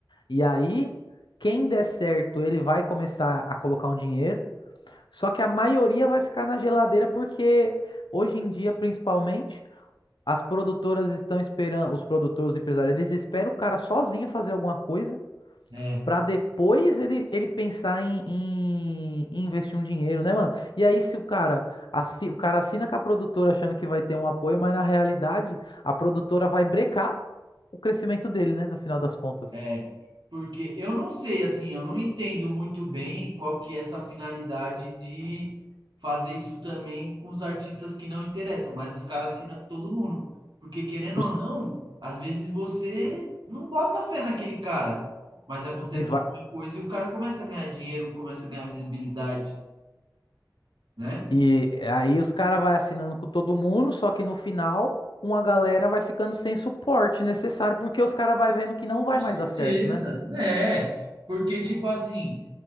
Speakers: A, on the left (about 85°); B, on the right (about 75°).
A: E aí, quem der certo, ele vai começar a colocar um dinheiro, só que a maioria vai ficar na geladeira porque hoje em dia, principalmente. As produtoras estão esperando, os produtores, os empresários, eles esperam o cara sozinho fazer alguma coisa
B: É.
A: pra depois ele, ele pensar em, em- em investir um dinheiro, né, mano? E aí se o cara, assi- o cara assina com a produtora achando que vai ter um apoio, mas na realidade a produtora vai brecar o crescimento dele, né, no final das contas.
B: É, porque eu não sei, assim, eu não entendo muito bem qual que é essa finalidade de fazer isso também com os artistas que não interessam, mas os caras assinam com todo mundo. Porque querendo
A: Os-
B: ou não, às vezes você não bota fé naquele cara, mas acontece
A: e, vai-
B: alguma coisa e o cara começa a ganhar dinheiro, começa a ganhar visibilidade, né?
A: e aí os caras vai assinando com todo mundo, só que no final uma galera vai ficando sem suporte necessário porque os caras vai vendo que não vai
B: Com certeza,
A: mais dar certo, né?
B: né Porque, tipo assim,